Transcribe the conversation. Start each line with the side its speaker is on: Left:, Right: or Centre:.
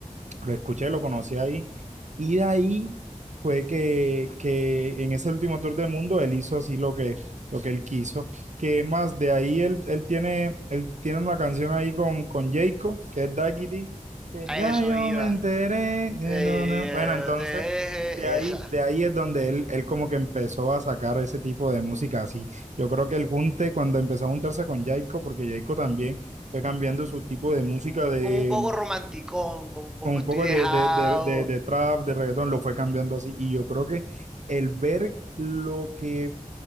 Right: lo escuché, lo conocí ahí. Y de ahí fue que, que en ese último tour del mundo él hizo así lo que, lo que él quiso. Que más de ahí él, él tiene, él tiene una canción ahí con, con Jayco, que es Daquiti, que
Centre: A
Right: ya
Centre: eso
Right: yo
Centre: iba.
Right: me enteré. de
Centre: Eh,
Right: no, no". Bueno, entonces
Centre: te-
Right: de ahí,
Centre: esa.
Right: de ahí es donde él, él como que empezó a sacar ese tipo de música así. Yo creo que el junte, cuando empezó a juntarse con Jayco, porque Jayco también fue cambiando su tipo de música
Centre: como,
Right: de
Centre: como un poco romanticón, como un poco
Right: con un
Centre: estoy
Right: poco
Centre: dejado.
Right: de, de, de, de, de trap, de reggaetón, lo fue cambiando así. Y yo creo que el ver lo que